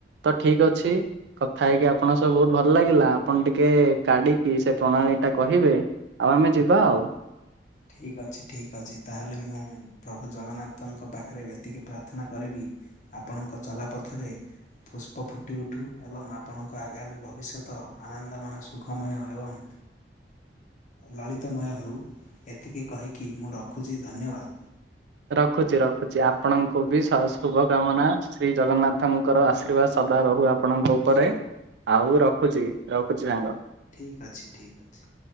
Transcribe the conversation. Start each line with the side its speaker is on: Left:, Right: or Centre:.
Right: ତ ଠିକ ଅଛି କଥା ହେଇକି ଆପଣଙ୍କ ସବ ବହୁତ ଭଲ ଲାଗିଲା, ଆପଣ ଟିକେ କାଢିକି ସେ ପ୍ରଣାଳୀ ଟା କହିବେ ଆଉ ଆମେ ଯିବା ଆଉ।
Left: ଠିକ୍ ଅଛି ଠିକ୍ ଅଛି ତାହେଲେ ମୁଁ ପ୍ରଭୁ ଜଗନ୍ନାଥଙ୍କ ପାଖରେ ଏତିକି ପ୍ରାର୍ଥନା କରିବି ଆପଣଙ୍କ ଚଲାପଥରେ ପୁଷ୍ପ ଫୁଟି ଉଠୁ ଏବଂ ଆପଣଙ୍କ ଆଗାମୀ ଭବିଷ୍ୟତ ଆନନ୍ଦମୟ ସୁଖମୟ ଏବଂ ଲଳିତାମୟ ହେଉ। ଟିକେ କହିକି ମୁଁ ରଖୁଚି ଧନ୍ୟବାଦ।
Right: ରଖୁଚି ରଖୁଚି ଆପଣଙ୍କୁ ବି ଶୁଭ କାମନା ଶ୍ରୀ ଜଗନ୍ନାଥଙ୍କର ଆଶୀର୍ବାଦ ସଦା ରହୁ ଆ ଆପଣଙ୍କ ଉପରେ ଆଉ ରଖୁଚି ରଖୁଚି ସାଙ୍ଗ।
Left: ଠିକ୍ ଅଛି। ଠିକ୍ ଅଛି।